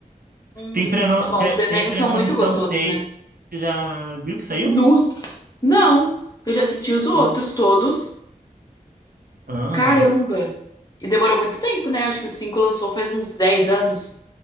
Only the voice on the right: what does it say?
Tem,
preno,
tre-
tem Premonição
seis.
Você já viu que saiu?
Sim.
Aham.